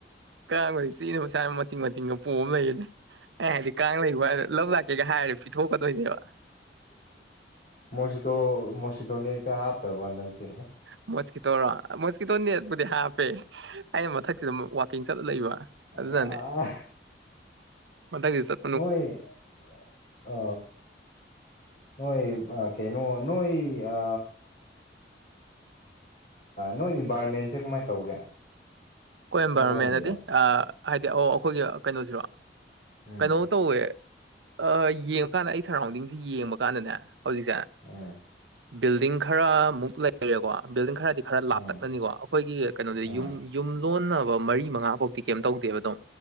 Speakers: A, on the right; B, on the left.
A: ꯀꯥꯡ <unintelligible> ꯆꯤꯛꯑꯦꯅ <unintelligible> ꯃꯇꯤꯡ ꯃꯇꯤꯡꯒ ꯄꯣꯝꯃ ꯂꯩꯌꯦꯅꯦ ꯑꯦ ꯍꯥꯏꯗꯤ ꯀꯥꯡ ꯂꯩꯕ <unintelligible> ꯂꯧꯕ ꯂꯥꯛ ꯀꯩꯒ ꯍꯥꯏꯔ ꯄꯤꯊꯣꯛꯀꯗꯣꯏꯅꯦꯕ
B: ꯃꯣꯏꯁꯤꯗꯣ ꯃꯣꯏꯁꯀꯤꯗꯣ ꯅꯠꯀꯥ ꯍꯥꯞꯇ꯭ꯔꯕ ꯍꯟꯗꯛꯇꯤ
A: ꯃꯣꯁꯀꯤꯇꯣꯔꯣ ꯃꯣꯁꯀꯤꯇꯣ ꯅꯦꯠꯄꯨꯗꯤ ꯍꯥꯞꯄꯦ ꯑꯩꯅ ꯃꯊꯛꯁꯤꯗ ꯗꯨꯝ ꯋꯥꯠ ꯀꯤꯡ ꯆꯠꯂ ꯂꯩꯏꯕ
B: ꯑꯥ
A: ꯑꯗꯨꯅꯅꯦ ꯃꯊꯛꯇ ꯆꯠ
B: ꯃꯣꯏ ꯑ ꯅꯣꯏ‌ ꯀꯩꯅꯣ ꯅꯣꯏ‌ ꯑ ꯅꯣꯏ ꯏꯟꯚꯥꯏꯔꯣꯟꯃꯦꯟꯁꯦ ꯀꯃꯥꯏꯅ ꯇꯧꯒꯦ
A: ꯀꯣꯏꯝꯕꯥꯢꯔꯝꯃꯦꯟꯅꯗꯤ
B: ꯅꯣꯏꯔꯣꯝꯒꯤꯗꯣ
A: ꯑꯥ ꯍꯥꯏꯗꯤ ꯑꯣ ꯑꯈꯣꯏꯒꯤ ꯀꯩꯅꯣꯁꯤꯔꯣ
B: ꯎꯝ
A: ꯀꯩꯅꯣ ꯇꯧꯋꯦ ꯑꯥ ꯌꯦꯡꯕꯀꯥꯟꯗ ꯑꯩ ꯁꯔꯔꯥꯎꯟꯗꯤꯡꯖꯤ ꯌꯦꯡꯕ ꯀꯥꯟꯗꯅꯦ ꯍꯧꯖꯤꯛꯁꯦ
B: ꯎꯝ
A: ꯕꯤꯜꯗꯤꯡ ꯈꯔꯃꯨꯛ ꯂꯩꯔꯦꯀꯣ ꯕꯤꯜꯗꯤꯡ ꯈꯔ ꯈꯔ
B: ꯎꯝ
A: ꯂꯥꯞꯇꯛꯅꯅꯤꯀꯣ ꯑꯩꯈꯣꯏꯒꯤ ꯀꯩꯅꯣꯗ
B: ꯎꯝ
A: ꯌꯨꯝ ꯌꯨꯝ ꯂꯣꯟꯅꯕ ꯃꯔꯤ ꯃꯉꯥꯐꯧꯗꯤ‌ ꯀꯦꯝ ꯇꯧꯗꯦꯕ ꯑꯗꯨꯝ